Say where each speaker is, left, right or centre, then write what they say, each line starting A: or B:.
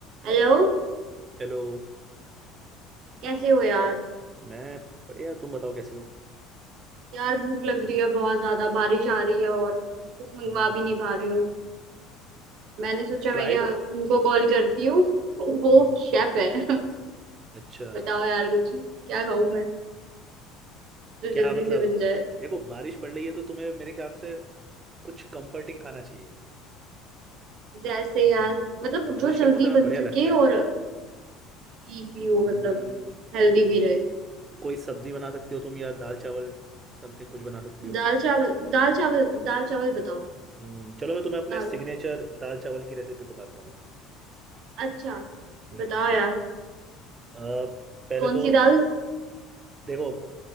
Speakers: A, on the right; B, on the right.
A: Hello
B: Hello
A: कैसे हो यार
B: मैं बढ़िया तुम बताओ कैसी हो
A: यार भूख लग रही है बहुत ज्यादा बारिश आ रही है और कुछ मंगवा
B: हम्म,
A: भी नहीं पा रही हूँ मैंने सोचा
B: ट्राई
A: मैं यहाँ
B: करो
A: उनको कॉल करती हूँ <laughs> वो
B: हम्म,
A: शेफ है <laughs>
B: अच्छा
A: बताओ यार कुछ क्या खाऊं मैं जो
B: क्या
A: जल्दी
B: मतलब
A: से बन जाए
B: देखो बारिश पड़ रही है तो तुम्हें मेरे ख्याल से कुछ कंफर्टिंग खाना चाहिए
A: जैसे
B: हम्म,
A: यार मतलब
B: बारिश
A: जो
B: के
A: जल्दी
B: मौसम में
A: बन
B: बढ़िया लगता
A: सके
B: है
A: और ठीक भी हो
B: हम्म,
A: मतलब हेल्दी भी रहे
B: कोई सब्जी बना सकती हो तुम या दाल चावल समथिंग कुछ बना सकती हो
A: दाल चावल दाल चावल दाल चावल बताओ
B: हम्म, चलो मैं तुम्हें अपने
A: दाल
B: सिग्नेचर दाल चावल की रेसिपी बताता हूँ
A: अच्छा
B: हम्म,
A: बताओ यार
B: अ, पहले
A: कौन
B: तो
A: सी दाल
B: देखो